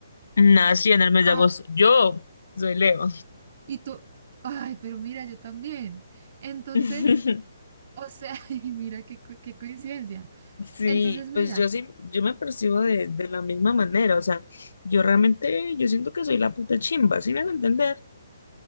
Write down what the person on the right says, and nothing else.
Ah,
y tú, ay, pero mira, yo también. Entonces,
o sea, <laughs> y mira qué, co- qué coincidencia.
Entonces, mira.